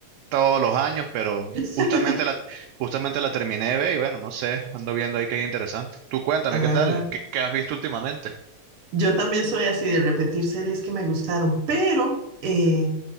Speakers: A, on the right; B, on the right.
A: todos los años, pero
B: <laughs>
A: justamente la, justamente la terminé de ver y bueno, no sé, ando viendo ahí que hay interesante. Tú cuéntame,
B: Ah,
A: ¿qué tal? ¿Qué, qué has visto últimamente?
B: Yo también soy así de repetir series que me gustaron, pero eh,